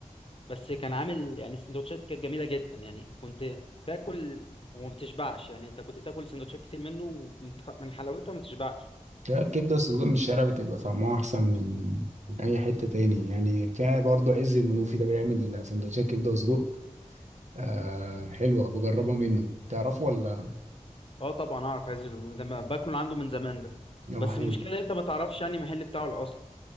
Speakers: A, on the left (about 45°); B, on the right (about 60°).
A: بس كان عامل يعني السندوتشات كانت جميله جدا يعني كنت تاكل وما بتشبعش يعني انت كنت تاكل سندوتشات كتير منه ومن- من حلاوتها ما تشبعش
B: ده الكبدة السجق من الشارع بتبقى طعمها أحسن من من أي حتة تاني يعني في برضه عز المنوفي ده بيعمل سندوتشات كبدة وسجق آه حلوة بجربها منه تعرفه ولا؟
A: اه طبعا اعرف عايز الم- ده ما باكله عنده من زمان ده
B: اه
A: بس
B: حلو
A: المشكله إن انت ما تعرفش يعني المحل بتاعه الاصلي